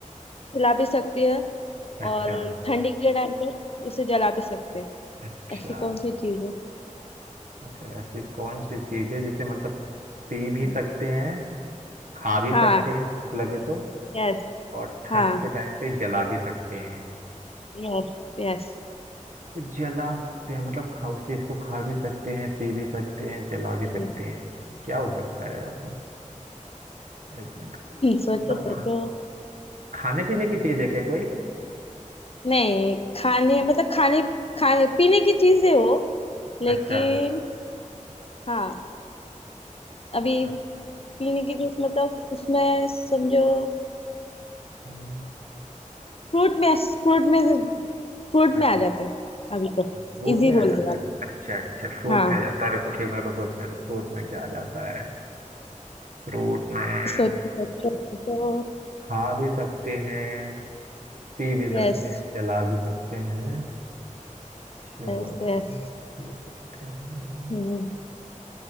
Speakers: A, on the left (about 45°); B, on the right (about 75°).
A: खिला भी सकती है
B: अच्छा
A: और ठंडी के टाइम पे उसे जला भी सकते हैं
B: अच्छा
A: ऐसी कौन सी चीज है
B: अच्छा ऐसी कौन सी चीज है जिसे मतलब पी भी
A: हम्म,
B: सकते हैं खा भी
A: हाँ
B: सकते हैं भूख लगे तो
A: यस
B: और ठंड
A: हाँ
B: के टाइम पे जला भी सकते हैं
A: Yes yes
B: जला सकते हैं मतलब खा उस चीज को खा भी सकते हैं पी भी सकते हैं जला भी
A: <clears throat>
B: सकते हैं क्या हो सकता है यार ऐसा एक मिनट
A: सोचो
B: मतलब
A: सोचो
B: खा, खाने पीने की चीज है क्या कोई
A: नहीं खाने मतलब खाने खाने पीने की चीजें हो लेकिन
B: अच्छा
A: हाँ अभी
B: अच्छा
A: पीने की चीज मतलब उसमें समझो
B: हम्म,
A: फ्रूट में फ्रूट में फ्रूट
B: अच्छा
A: में आ जाता है अभी तो
B: अच्छा, फ्रूट
A: इजी
B: में आ
A: बोल
B: जाता
A: दिया
B: है
A: आप
B: अच्छा अच्छा फ्रूट
A: हाँ
B: में आ जाता है रुको फिर मेरे को सोचने दो फ्रूट में क्या आ जाता है फ्रूट में
A: सोचो सोचो सोचो
B: खा भी सकते हैं पी भी सकते
A: Yes
B: हैं जला भी सकते हैं चाक
A: yes यस
B: पी सकते हैं
A: हम्म